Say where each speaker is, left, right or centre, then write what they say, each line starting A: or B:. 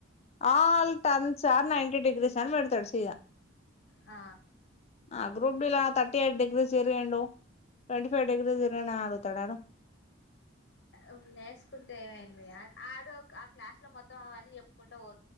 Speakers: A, on the left; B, on the left.
A: all turns are ninety degrees అని పెడతాడు సీదా
B: ఆ
A: ఆ గ్రూప్ డీలా థర్టీయైట్ డిగ్రీస్ ఇరగిండు ట్వంటీ ఫైవ్ డిగ్రీస్ ఇరగినా అడుగుతడాడు
B: ఉప్ నేర్సుకుంటేమైంది ఆడు ఆ క్లాస్ ల మొత్తం అవన్ని చెప్పుకుంట పో